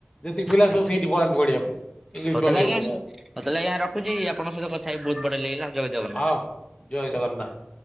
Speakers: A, on the left (about 25°); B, in the centre.
A: ଯେତିକି ପିଲା
B: ଆଜ୍ଞା
A: ସବୁ ସେଇଠି ପଳାନ୍ତି ପଢିଆ ପାଇଁ ଇଂଲିଶ
B: ହଉ ତାହେଲେ
A: ମିଡିୟମ
B: ଆଜ୍ଞା
A: ପଢିବା
B: ହଉ ତାହେଲେ ଆଜ୍ଞା ରଖୁଛି ଆପଣଙ୍କ ସହିତ କଥାହେଇ ବହୁତ ବଢିଆ ଲାଗିଲା ଜୟ ଜଗନ୍ନାଥ।
A: ଆ ଓ ଜୟ ଜଗନ୍ନାଥ